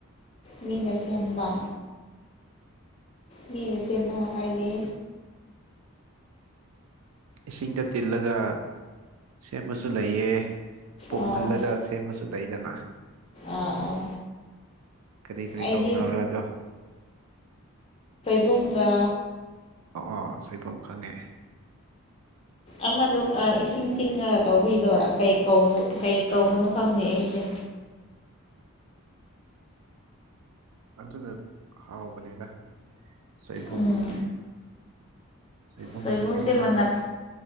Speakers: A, on the left; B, on the right.
A: ꯃꯤꯅ ꯁꯦꯝꯕ ꯃꯤꯅ ꯁꯦꯝꯕ ꯍꯥꯏꯗꯤ
B: ꯏꯁꯤꯡꯗ ꯇꯤꯜꯂꯒ ꯁꯦꯝꯕꯁꯨ ꯂꯩꯑ ꯄꯨꯝꯍꯜꯂꯒ
A: ꯑꯥ
B: ꯁꯦꯝꯕꯁꯨ ꯂꯩꯗꯅ
A: ꯑꯥ ꯑꯥ
B: ꯀꯔꯤ ꯀꯔꯤ
A: ꯑꯩꯗꯤ
B: ꯀꯧꯅꯕꯕ꯭ꯔꯥꯖꯣ
A: ꯨꯡꯒꯥ
B: ꯑꯣ ꯑꯣ ꯁꯣꯏꯕꯝ ꯈꯪꯉꯦ
A: ꯑꯃꯗꯨ ꯏꯁꯤꯡ ꯇꯤꯡꯉꯒ ꯇꯧꯕꯤꯗꯣꯔꯥ ꯀꯩ ꯀꯧꯕ ꯀꯩ ꯀꯧꯕꯅꯣ ꯈꯪꯗꯦ ꯑꯩꯁꯦ
B: <inaudible> ꯑꯗꯨꯅ ꯍꯥꯎꯕꯅꯤꯅ ꯁꯣꯏꯕꯨꯝ
A: ꯎꯝ
B: ꯁꯣ ꯏ
A: ꯁꯣꯏꯕꯨꯝꯁꯦ
B: ꯏ
A: ꯃꯅꯛ